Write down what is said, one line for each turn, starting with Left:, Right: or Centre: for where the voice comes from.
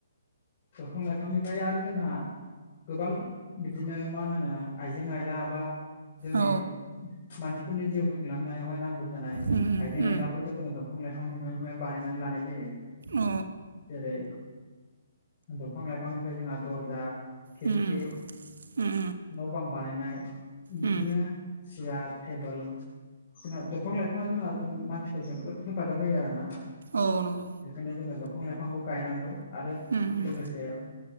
Left: दफां लाइफांनिफ्राय आरो जोंहा गोबां बिदिनो मा होनो आइजें आइला बा जोंनि
Right: औ
Left: मानसिफोरनि जिउ खुंलांनायावहाय नांगौ होनाय
Right: उम
Left: आइजें
Right: उम
Left: आइलाफोरखौ जोङो दंफां लाइफांनिफ्रायनो बानायनानै लानाय जायो।
Right: औ
Left: जेरै दंफां लाइफांनिफ्राय जोंहा दरजा खिरखि
Right: उम उम
Left: न' बां बानायनाय बिदिनो
Right: उम
Left: सियार टेबोल जोंहा दंफां लाइ फिफाङा जोंहा जों मानसिखौ जोबोद हेफाजाब होयो आरो आरोना
Right: औ नंगौ।
Left: बेखायनो जोङो दंफां लाइफांखौ गायनांगौ आरो
Right: उम उम
Left: लोगोसे